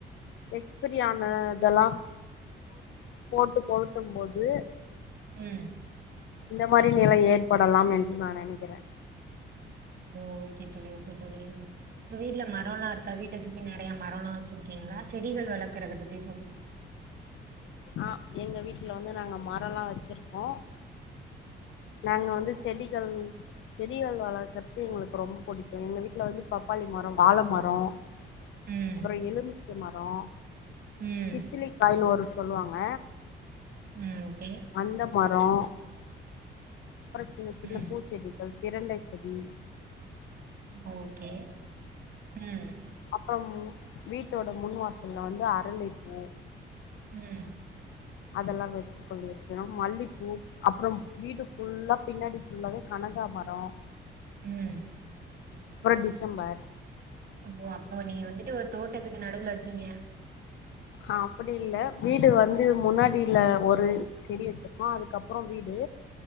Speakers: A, on the left; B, on the right.
A: எக்ஸ்பிரியான இதெலாம் போட்டு கொளுத்தும் போது
B: ம்
A: இந்த மாரி நிலை ஏற்படலாம் என்று நான் நெனைக்கிறேன்
B: ஓகே துளி ஓகே துளி உங்க வீட்டுல மரம் எல்லாம் இருக்கா வீட்ட சுத்தி நிறைய மரம் எல்லாம் வச்சிருக்கீங்களா செடிகள் வளர்க்கறத பத்தி சொல்லுங்க
A: ஆ எங்க வீட்டுல வந்து நாங்க மரலாம் வச்சிருக்கோம் நாங்க வந்து செடிகள் செடிகள் வளர்க்கறது எங்களுக்கு ரொம்ப பிடிக்கும் எங்க வீட்டுல வந்து பப்பாளி மரம் வாழ மரம்
B: ம்
A: அப்புறம் எலுமிச்ச மரம்
B: ம்
A: இத்திலி காய்ன் ஒரு சொல்லுவாங்க
B: ம் ஓகே
A: அந்த மா அப்றோம் புறசேத்துள்ள
B: ம்
A: பூச்செடிகள் இரண்டை சதி
B: ஓகே ம்
A: அப்புறம் வீட்டோட முன் வாசல்ல வந்து அரளிப்பூ
B: ம்
A: அதெலாம் வச்சு கொள்ளிருக்கணோம் மல்லிப்பூ அப்புறம் வீடு ஃபுல்லா பின்னாடி ஃபுல்லாவே கனகாமரம்
B: உம்
A: அப்புறம் டிசம்பர்
B: ஓ அப்போ நீங்க வந்துட்டு ஒரு தோட்டத்துக்கு நடுவுல இருக்கீங்க
A: ஆஹ் அப்படி இல்ல வீடு வந்து முன்னாடியில ஒரு செடி வச்சிருப்போம் அதுக்கப்புறம் வீடு